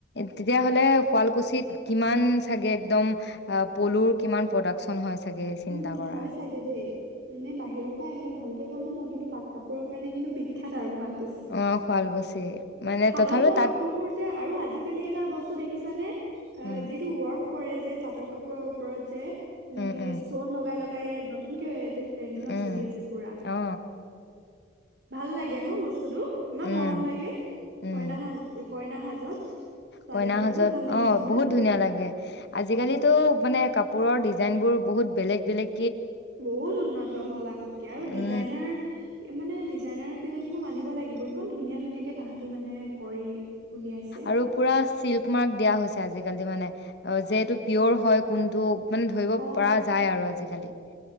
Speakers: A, on the left; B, on the right.
A: তেতিয়াহ'লে শুৱালকুছিত কিমান চাগে একদম পলুৰ কিমান প্ৰডাকচন হয়? চাগে চিন্তা
B: উম,
A: কৰা
B: হয় চাগে দেই নে বাহিৰৰ পৰা আহে ভালকে গম নাপাও কিন্তু পাট কাপোৰৰ কাৰণে কিন্তু বিখ্যাত আৰু শুৱালকুছি
A: অ' শুৱালকুছি মানে
B: শালত
A: তথাপিও
B: বোৱা
A: তাত
B: কাপোৰ বোৰ যে আৰু আজিকালি এটা বস্তু দেখিছানে
A: উম
B: যিটো ৱৰ্ক কৰে যে যে পাটৰ কাপোৰৰ ওপৰত যে এনেকে
A: উম উম
B: ষ্টন লগাই লগ কাই নতুনকে ট্ৰেণ্ডিঙত
A: উম
B: চলি আছে পুৰা,
A: অ
B: ভাল লাগে ন বস্তুতটো ইমান
A: উম
B: মৰম লাগে।
A: উম
B: কইনসাজ একো কইনা সাজত ছোৱালীবোৰক
A: কইনা সাজত
B: ইমান ভাল দেখিছো
A: অ',
B: মই
A: বহুত ধুনীয়া লাগে আজিকালিতো মানে কাপোৰৰ ডিজাইন বোৰ বহুত বেলেগ- বেলেগ
B: বহুত উন্নত হল আগতকে আৰু ডিজাইনাৰ,
A: উম
B: মানে ডিজাইনাৰ কিজনী মানিব লাগিব ইমান ধুনীয়া -ধুনীয়াকে তাহাঁতি মানে কৰি উলিয়াইছে
A: আৰু পুৰা চিল্ক মাৰ্ক দিয়া হৈছে আজিকালি আজিকালি মানে অ', যে এহটো পিয়ৰ হয় কোনটো মানে ধৰিব পৰা
B: অ
A: যায় আৰু আজিকালি।